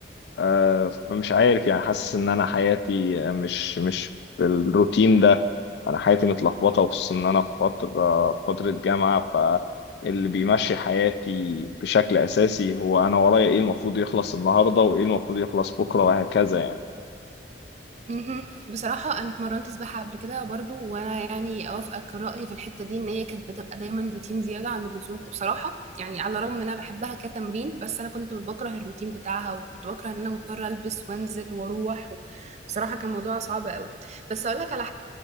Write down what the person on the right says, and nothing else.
مهم. بصراحة أنا اتمرنت سباحة قبل كده برضو وأنا يعني أوافقك رأيي في الحتة دي إن هي كانت بتبقى دايما روتين زيادة عن اللزوم بصراحة يعني على الرغم إن أنا بحبها كتمرين بس أنا كنت بكره الروتين بتاعها وكنت بكره إن أنا مضطرة ألبس وأنزل وأروح و... بصراحة كان موضوع صعب قوي بس أقول لك على